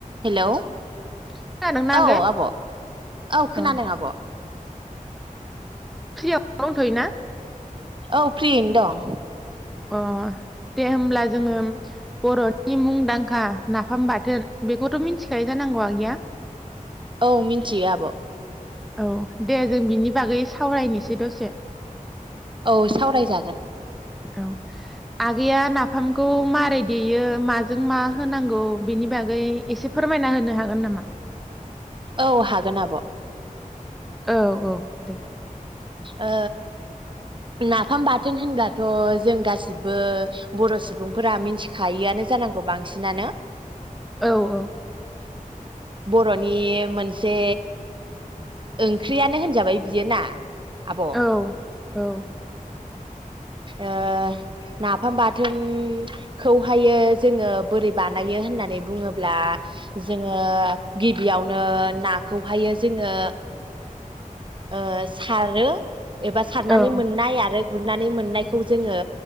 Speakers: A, on the right; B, in the centre.
A: Hello
B: खोनादोंना आगै
A: औ आब' औ खोनादों
B: अ
A: आब'।
B: फ्रि आव दंथयोना।
A: औ फ्रियैनो दं।
B: अ दे होमब्ला जोङो बर'नि मुंदांखा नाफाम बाथोन बेखौथ' मिथिखायो जानांगौ आगैया।
A: औ मिन्थियो आब'।
B: औ। दे जों बिनि बागै सावरायनोसै जि द'से।
A: औ सावरायजागोन।
B: औ आगैया नाफाम फामखौ मारै देयो म जों मा होनांगौ बिनि बागै एसे फोरमायना होनो हागोन नामा?
A: औ हागोन आब'।
B: औ औ। <inaudible>
A: ओ नाफाम बाथोन होनब्लाथ' जों गासिबो बर' सुबुंफोरा मिथिखायआनो जानांगौ बांसिनानो।
B: औ औ
A: बर'नि मोनसे ओंख्रियानो होनजाबाय। बियो ना। आब' ओ
B: औ। औ।
A: ओ नाफाम बाथोनखौहायो जोङो बोरै बानायो होननानै बुङोब्ला जोङो गिबियावनो नाखौहाय जोङो ओ सारो एबा सारनानै
B: औ
A: मोननाय आरो गुरनानै मोननायखौ जोङो